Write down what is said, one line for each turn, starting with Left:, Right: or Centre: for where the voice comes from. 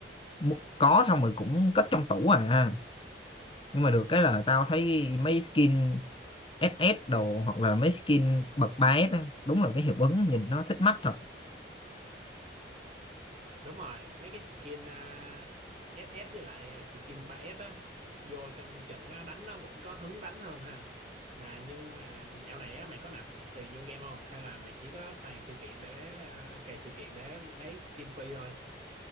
Left: mu- có xong rồi cũng cất trong tủ à nhưng mà được cái là tao thấy mấy skin SS đồ hoặc là mấy skin bậc ba s á, đúng là cái hiệu ứng nhìn nó thích mắt thật
Right: đúng rồi mấy cái skin à, SS với lại à, skin 3S á vô trong trận á, đánh nó vẫn có hứng đánh hơn ha mà nhưng mà dạo này á mày có nạp tiền vô game không hay là mày chỉ có toàn sự kiện để à, cày sự kiện để lấy skin free thôi